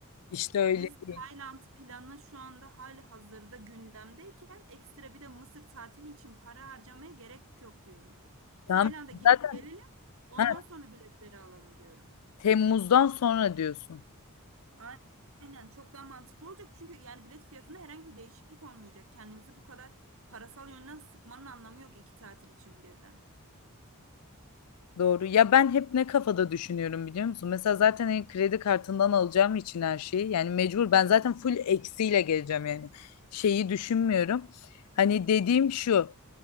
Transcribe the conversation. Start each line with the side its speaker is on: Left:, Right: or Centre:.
Left: İşte öyle
Right: Biz Tayland
Left: değil.
Right: planı şu anda hali hazırda gündemdeyken ekstra bir de Mısır tatili için para harcamaya gerek yok diyorum.
Left: Tamam.
Right: Tayland'a gidip
Left: Zaten
Right: gelelim, ondan
Left: ha,
Right: sonra biletleri alalım diyorum.
Left: Temmuz'dan sonra diyorsun.
Right: A- Aynen çok daha mantıklı olacak çünkü yani bilet fiyatında herhangi bir değişiklik olmayacak. Kendimizi bu kadar parasal yönden sıkmanın anlamı yok iki tatil için birden.
Left: Doğru. Ya ben hep ne kafada düşünüyorum biliyor musun? Mesela zaten hani kredi kartından alacağım için her şeyi. Yani mecbur ben zaten full eksiyle geleceğim yani. Şeyi düşünmüyorum. Hani dediğim şu.